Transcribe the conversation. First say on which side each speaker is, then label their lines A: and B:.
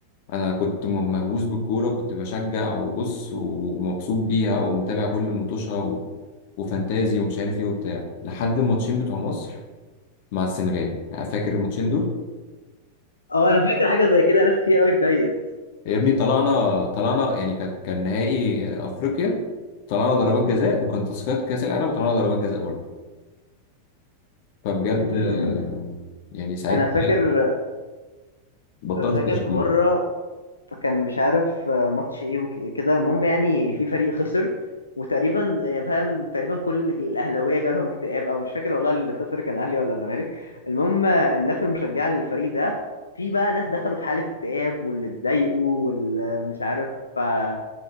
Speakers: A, on the left; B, on the left.
A: انا كنت م- مهووس بالكوره كنت بشجع وبص ومبسوط بيها ومتابع كل مطوشها و... وفانتازي ومش عارف ايه وبتاع لحد الماتشين بتوع مصر مع السنغال فاكر الماتشين دول
B: اه انا فاكر حاجه زي كده ناس كتير قوي اتضايقت
A: يا ابني طلعنا طلعنا يعني كان كان نهائي افريقيا طلعنا ضربات جزاء وكان تصفيات كاس العالم وطلعنا ضربات جزاء برضه فبجد
B: امم
A: آه، يعني ساعتها
B: انا فاكر
A: بطلت
B: فاكر
A: تشجيع
B: في مره فكان مش عارف آه، ماتش ايه وكده المهم يعني في فريق خسر وتقريبا آه، فاهم تقريبا كل الاهلاويه جالهم اكتئاب او مش فاكر والله اللي خسر كان اهلي ولا زمالك المهم آه، الناس المشجعه للفريق ده في بقى ناس دخلوا في حاله اكتئاب واللي اتضايقوا واللي مش عارف آه،